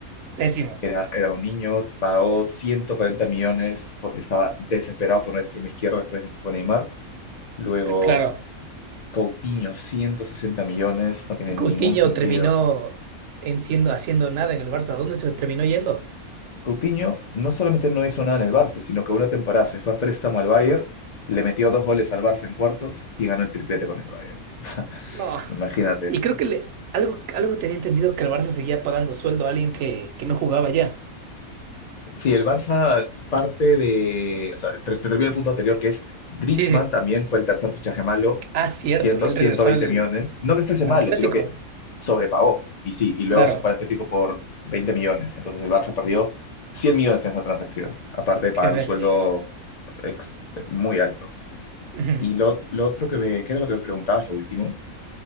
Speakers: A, on the right (about 65°); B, on the left (about 40°).
A: Pésimo,
B: era, era un niño, pagó 140 millones porque estaba desesperado por una extrema izquierda después de que se fue Neymar. Luego
A: claro.
B: Coutinho, 160 millones, no tiene ningún
A: Coutinho
B: sentido.
A: terminó en siendo, haciendo nada en el Barça. ¿Dónde se terminó yendo?
B: Coutinho no solamente no hizo nada en el Barça, sino que una temporada se fue a préstamo al Bayern, le metió dos goles al Barça en cuartos y ganó el triplete con el Bayern. <laughs>
A: No.
B: Imagínate,
A: Y creo que le- algo, algo tenía entendido que el Barça seguía pagando sueldo a alguien que, que no jugaba ya.
B: Sí, el Barça parte de, o sea, te, te termino el punto anterior que es Griezmann
A: Sí, sí.
B: también fue el tercer fichaje malo,
A: Ah, cierto.
B: cien,
A: Y él
B: ciento
A: regresó
B: veinte
A: al,
B: millones, no que fuese
A: al
B: malo,
A: Atlético.
B: sino que sobrepagó y sí, y luego
A: Claro.
B: se fue al Atlético por 20 millones, entonces el Barça perdió 100 millones en esa transacción, aparte de pagar
A: Qué bestia.
B: un sueldo ex- muy alto.
A: Ujú.
B: Y lo, lo otro que me, ¿qué era lo que me preguntabas, lo último?